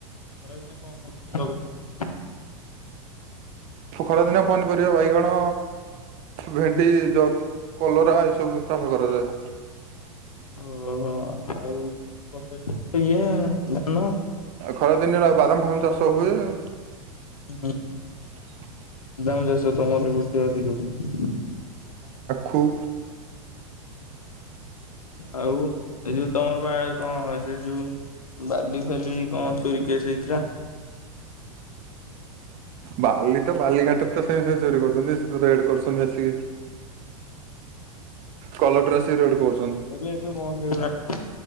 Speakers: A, on the left; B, on the right.
A: ଖରା ଦିନେ କଣ କଣ? କିଛି ଲଗା ଇନି।
B: ଖରାଦିନ ପନିପରିବା ବାଇଗଣ ଭେଣ୍ଡି କଲରା ଏ ସବୁ ଚାଷ କରାଯାଏ।
A: ଓହୋ ଆଉ <unintelligible> ଇଏ ଧାନ
B: ଖରା ଦିନରେ ଆଉ ବାଦାମ ଫାଦାମ ଚାଷ ହୁଏ ଆଉ।
A: ହୁଁ।
B: <inaudible>
A: <unintelligible> ତମର ବର୍ଟି ଅଧିକକୁ
B: ଖୁ
A: ଆଉ ଏଇ ଯୋଉ ତମର ବା କଣ ସେ ଯୋଉ ବାଲି ଫାଲି କଣ ଚୋରି କେସ୍ ହେଇଥିଲା?
B: ବାଲି ତ ବାଲିଘାଟରେ ତ ସେମି ଚୋରି କରୁଛନ୍ତି ରେଡ କରୁଛନ୍ତି ଆସିକି କଲର ଡ୍ରେସ ରେଡ କରୁଛନ୍ତି।
A: ଏବେ ଏବେ ବନ୍ଦ ହେଇଗଲାଣି ପା